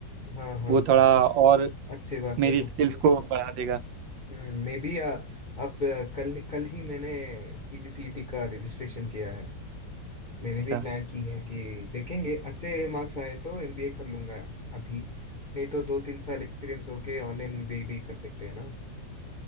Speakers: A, on the left; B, on the right.
A: हाँ हाँ
B: वो
A: हो
B: थोड़ा और
A: अच्छी बात
B: मेरी
A: है वो
B: स्किल्स को बढ़ा देगा
A: हम्म मे बी अब कल कल ही मैंने पीजीसीईटी का रजिस्ट्रेशन किया है मैंने
B: अच्छा
A: भी प्लान की है कि देखेंगे अच्छे मार्क्स आए तो एमबीए कर लूंगा अभी नहीं तो दो तीन साल एक्सपीरियंस होके ऑनलाइन एमबीए भी कर सकते हैं ना